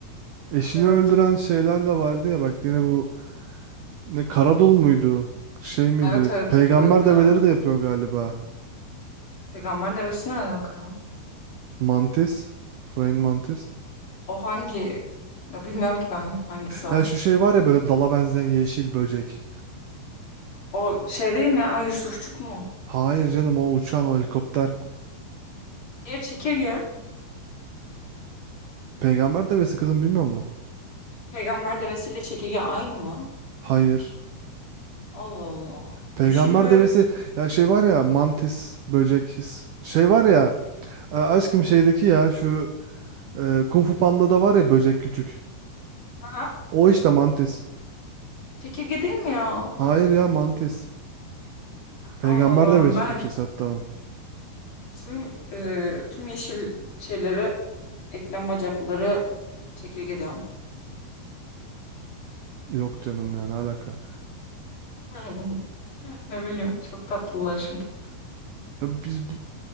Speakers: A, on the right (about 70°); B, on the left (about 40°).
A: Eşini
B: Evet.
A: öldüren şeyler de vardı ya bak yine bu ne Karadul muydu? Şey miydi?
B: Evet evet,
A: Peygamber
B: like o.
A: develeri de yapıyor galiba.
B: Peygamber devesi ne alaka ya?
A: Mantis. Frank Mantis.
B: O hangi? Ya bilmiyorum ki ben hangisi o.
A: Ya şu şey var ya böyle dala benzeyen yeşil böcek.
B: O şey değil mi ya, Yusufçuk mu?
A: Hayır canım o uçan o helikopter.
B: Diğer çekirge.
A: Peygamber devesi kızım bilmiyor musun?
B: Peygamber devesiyle çekirge aynı mı?
A: Hayır.
B: Allah Allah.
A: Peygamber
B: Yeşil ve
A: devesi ya şey var ya mantis böcek his. Şey var ya e, aşkım şeydeki ya şu e, Kung Fu Panda'da var ya böcek küçük.
B: Aha,
A: O işte mantis.
B: çekirge değil mi ya?
A: Hayır ya mantis. Peygamber
B: Allah Allah.
A: devesi
B: Ben
A: Türkçesi hatta. onun.
B: tüm e, tüm yeşil şeyleri eklem bacakları çekirge diyorum.
A: Yok canım yani alaka.
B: <laughs> Ne bileyim çok tatlılar şimdi.
A: Ya biz bu,